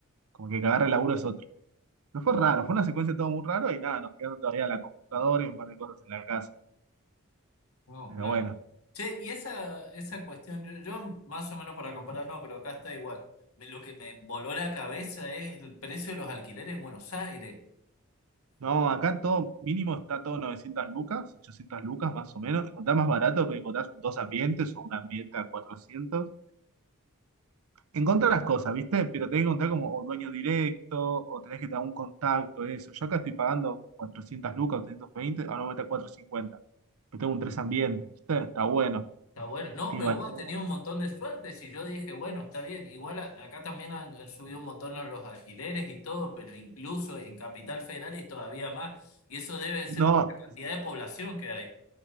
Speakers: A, on the right; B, on the left.
A: como que el que agarra el laburo es otro. No fue raro, fue una secuencia todo muy raro y nada, nos quedaron todavía la computadora y un par de cosas en la casa,
B: No,
A: pero
B: claro.
A: bueno.
B: Che, y esa, esa cuestión, yo, yo más o menos para comparar, no, pero acá está igual. Me- lo que me voló la cabeza es el precio de los alquileres en Buenos Aires.
A: No, acá todo mínimo está todo 900 lucas, 800 lucas más o menos. Encontrás más barato porque encontrás dos ambientes o un ambiente a 400. Encontrás las cosas, ¿viste? Pero tenés que encontrar como o dueño directo o tenés que tener un contacto, eso. Yo acá estoy pagando 400 lucas, 320, ahora me a 450. Pero tengo un tres ambientes, ¿viste? Está bueno.
B: Está bueno. No,
A: Tiene
B: pero
A: balcón.
B: vos has tenido un montón de suerte. Si yo dije, bueno, está bien. Igual a- acá también han, han subido un montón los alquileres y todo, pero incluso en Capital Federal es todavía más. Y eso debe ser
A: No,
B: por la cantidad de población que hay.